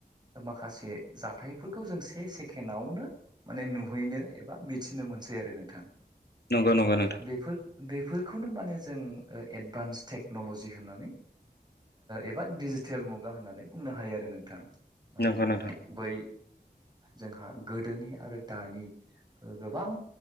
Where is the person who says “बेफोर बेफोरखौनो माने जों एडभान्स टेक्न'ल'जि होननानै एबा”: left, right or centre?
Right